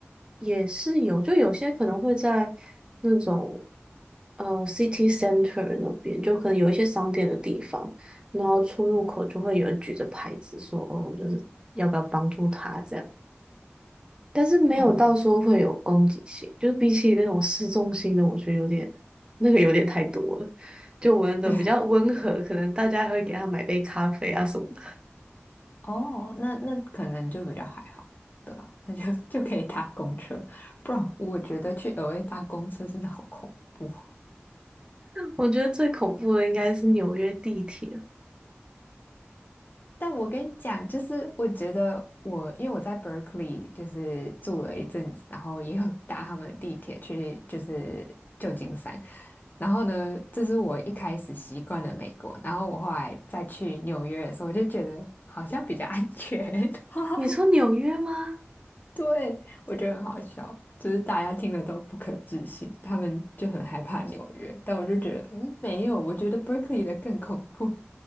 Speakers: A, on the right (about 20°); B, on the left (about 45°).
A: 也是有，就有些可能会在那种呃 city center 那边，就可能有一些商店的地方，然后出入口就会有人举着牌子说，哦，就是要不要帮助他这样，但是没有到说会有攻击性，
B: 哦、
A: 就是比起那种市中心的，我觉得有点那个有点太多了。就我们的比较温和，
B: 对，
A: 可能大家还会给他买杯咖啡啊什么的。
B: 哦，那那可能就比较还好，对吧？那就 <laughs> 就可以搭公车，不然我觉得去额外搭公车真的好恐怖。
A: 我觉得最恐怖的应该是纽约地铁。
B: 但我跟你讲，就是我觉得我因为我在 Berkeley 就是住了一阵子，然后也有 <laughs> 搭他们的地铁去就是旧金山，然后呢，这是我一开始习惯的美国，然后我后来再去纽约的时候，我就觉得好像比较安全。<laughs>
A: 你说纽约吗？
B: <laughs> 对，我觉得很好笑，就是大家听了都不可置信，他们就很害怕纽约，但我就觉得，嗯，没有，我觉得 Berkeley 的更恐怖。